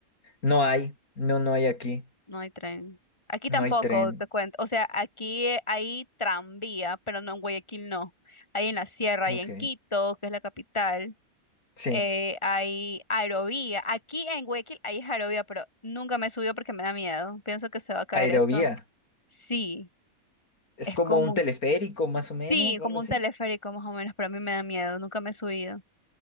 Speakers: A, on the left; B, on the left.
A: No hay, no, no hay aquí.
B: no hay tren. Aquí
A: No
B: tampoco,
A: hay tren.
B: te cuento. O sea, aquí eh, hay tranvía, pero no en Guayaquil, no. Hay en la sierra
A: Ok.
B: y en Quito, que es la capital.
A: Sí.
B: eh, hay aerovía. Aquí en Guayaquil hay aerovía, pero nunca me subió porque me da miedo. Pienso que se va a caer
A: Aerovía.
B: esto. Sí,
A: Es
B: es
A: como
B: como,
A: un teleférico, más o menos,
B: sí,
A: o
B: como
A: algo así.
B: un teleférico más o menos, pero a mí me da miedo. Nunca me he subido.